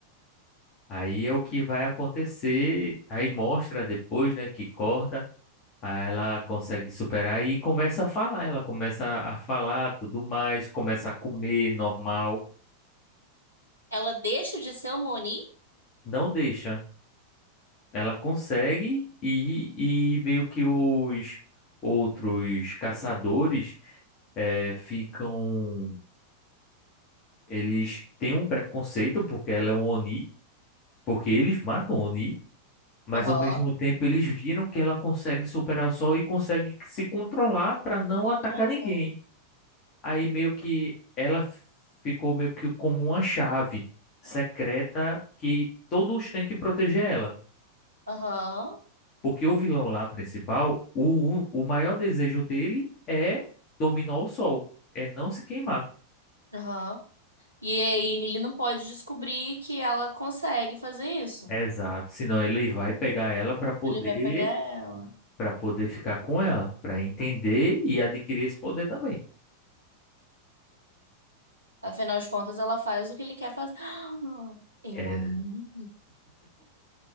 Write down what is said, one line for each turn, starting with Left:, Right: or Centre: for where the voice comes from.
Left: Aí é o que vai acontecer, aí mostra depois, né, que corta, aí ela consegue superar e começa a falar, ela começa a falar, tudo mais, começa a comer normal,
Right: Ela deixa de ser uma Oni?
Left: não deixa. Ela consegue e, e meio que os outros caçadores eh, ficam. Eles têm um preconceito porque ela é um Oni, porque eles matam Oni, mas
Right: Aham.
Left: ao mesmo tempo eles viram que ela consegue superar o sol e consegue se controlar para não
Right: De controlar.
Left: atacar ninguém. Aí meio que ela ficou meio que como uma chave secreta que todos têm que proteger ela.
Right: Aham.
Left: Porque o vilão lá principal, o, o maior desejo dele é dominar o sol, é não se queimar.
Right: Aham. E aí ele não pode descobrir que ela consegue fazer isso.
Left: Exato, senão ele vai pegar ela para poder
Right: Ele vai pegar ela.
Left: para poder ficar com ela, para entender e adquirir esse poder também.
Right: Afinal de contas, ela faz o que ele quer fazer. <gasps> Ah, Eu
Left: É,
Right: amei.